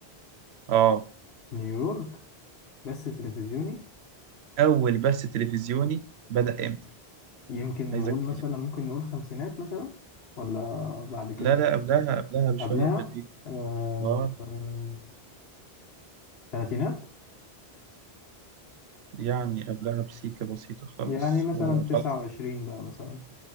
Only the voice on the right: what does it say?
اه
اول بث تلفزيوني بدأ امتى
عايزك
لا لا قبلها قبلها بشويه
حلوين
اه
يعني قبلها بسيكه بسيطه خالص
وخلاص